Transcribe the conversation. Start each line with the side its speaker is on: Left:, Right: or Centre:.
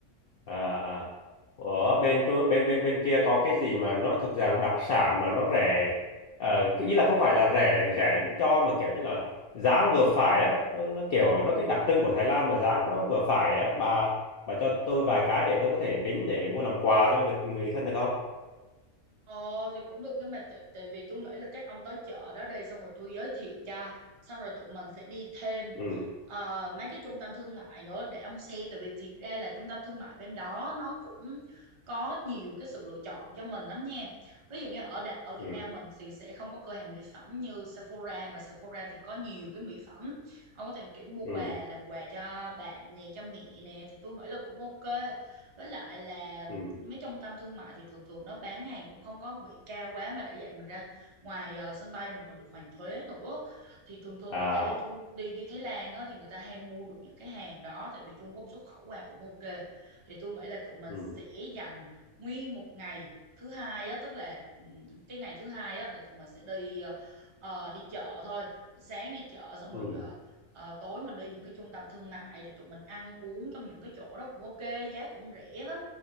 Left: à à ở bên Trung- bên bên bên kia có cái gì mà nó thực rằng đặc sản mà nó rẻ ờ, cái ý là không phải là rẻ để rẻ cho mà kiểu như là giá nó vừa phải á nó nó kiểu nó cái đặc trưng của Thái Lan mà giá nó vừa phải á bà bà cho tôi vài cái để tôi có thể tính để mua làm quà cho người, người thân được không
Right: Ờ thì cũng được nhưng mà tại tại vì tôi nghĩ là chắc ông tới chợ đó đi xong rồi tôi giới thiệu cho xong rồi tụi mình sẽ đi thêm
Left: ừ
Right: ờ, mấy cái trung tâm thương mại nữa để ông xem tại vì thiệt ra là trung tâm thương mại bên đó nó cũng có nhiều cái sự lựa chọn cho mình lắm nha ví dụ như ở Đà- ở Việt
Left: ừ
Right: Nam mình thì sẽ không có cửa hàng mỹ phẩm như Sephora mà Sephora thì có nhiều cái mỹ phẩm ông có thể kiểu mua
Left: ừ
Right: quà làm quà cho bạn nè cho mẹ nè thì tôi nghĩ là cũng ok với lại là
Left: ừ
Right: mấy trung tâm thương mại thì thường thường nó bán hàng cũng không có bị cao quá mà đã dạy mình ra ngoài ờ, sân bay mình còn được hoàn thuế nữa thì thường thường
Left: à
Right: người ta đi Trung đi đi Thái Lan á thì người ta hay mua được những cái hàng đó tại vì Trung Quốc xuất khẩu qua cũng ok thì tôi nghĩ là tụi mình
Left: ừ
Right: sẽ dành nguyên một ngày thứ hai á tức là ừ, cái ngày thứ hai á là tụi mình sẽ đi ờ, ờ, đi chợ thôi sáng đi chợ xong
Left: ừ
Right: rồi ờ, ờ, tối mình đi những cái trung tâm thương mại rồi tụi mình ăn uống trong những cái chỗ đó cũng ok giá cũng rẻ lắm